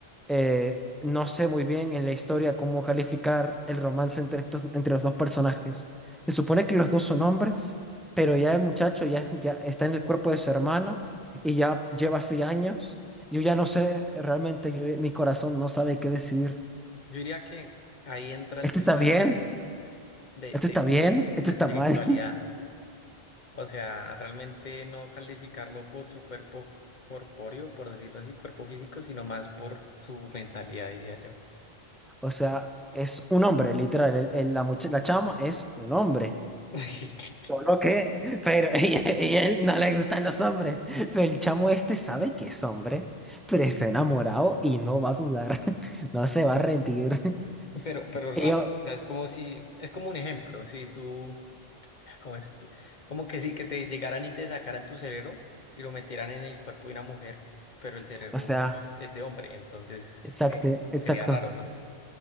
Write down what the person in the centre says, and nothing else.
Eh, no sé muy bien en la historia cómo calificar el romance entre estos, entre los dos personajes. Se supone que los dos son hombres, pero ya el muchacho ya, ya está en el cuerpo de su hermana y ya lleva así años. Yo ya no sé, realmente yo- mi corazón no sabe qué decidir.
¿Esto
está bien?
¿Esto
está bien? ¿Esto
está mal? <laughs>
O sea, es un hombre, literal. el- el- la, mucha- la chama es un hombre.
Solo que, pero <laughs> y, y él no le gustan los hombres. Pero el chamo este sabe que es hombre, pero está enamorado y no va a dudar, <laughs> no se va a rendir. <laughs>
Y yo,
o sea,
exacto,
exacto.